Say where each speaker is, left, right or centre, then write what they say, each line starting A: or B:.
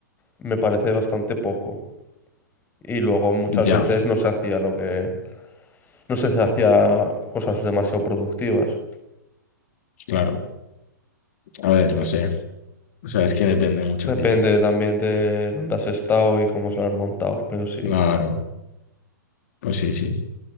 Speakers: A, on the left; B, on the left.
A: me parece bastante poco. Y luego muchas
B: ya,
A: veces no se hacía lo que... no se se hacía cosas demasiado productivas.
B: claro. A ver, no sé. O sea, es que depende mucho,
A: Depende
B: tío.
A: también de dónde has estado y cómo se lo han montado, pero sí.
B: Claro. Pues sí, sí.